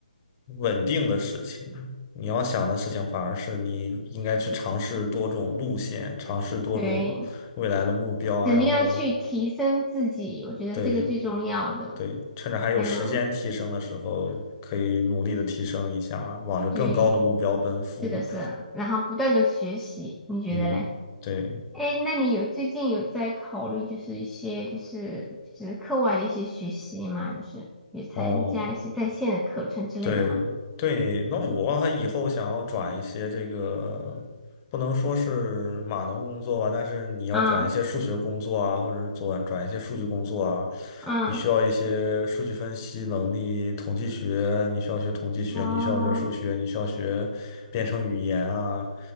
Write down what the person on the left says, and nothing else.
稳定的事情。你要想的事情反而是你应该去尝试多种路线，尝试多种未来的目标，
然后
对对，趁着还有时间提升的时候，
可以努力的提升一下，往着更高的目标奔赴。
嗯，对，
哦。对对，那我还以后想要转一些这个，不能说是码农工作吧，但是你要转一些数学工作啊，
或者是转转一些数据工作啊，
你需要一些数据分析能力、统计学，你需要学统计学，
你需要学数学，你需要学编程语言啊。